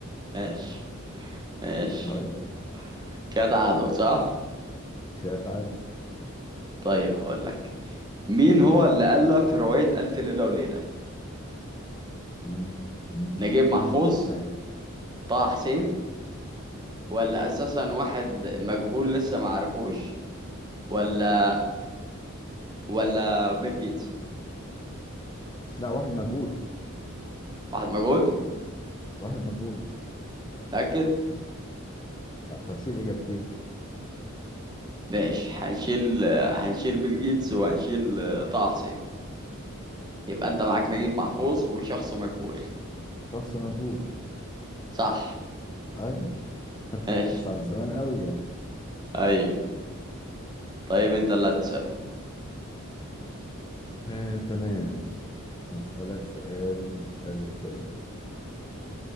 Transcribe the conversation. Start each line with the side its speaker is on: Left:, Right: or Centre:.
Right: ماشي ماشي
Left: طيب
Right: كده تعادل صح
Left: شايف عادي
Right: طيب هقول لك مين هو اللي ألف رواية ألف ليلة وليلة
Left: مم. مم.
Right: نجيب محفوظ
Left: قول لي الأسماء
Right: طه حسين ولا أساسا واحد مجهول لسه ما عرفوش ولا ولا بيل جيتس
Left: لا واحد مجهول
Right: واحد مجهول
Left: واحد مجهول
Right: متأكد
Left: طب شيل إجابتين
Right: ماشي هنشيل هنشيل بيل جيتس وهنشيل آه، طه حسين يبقى انت معاك
Left: فاهم؟
Right: نجيب محفوظ وشخص مجهول
Left: شخص مجهول
Right: صح
Left: أيوة
Right: ماشي
Left: بس على زمان قوي يعني
Right: ايوه طيب انت اللي هتسألني
Left: آه، تمام أسألك سؤال حلو كده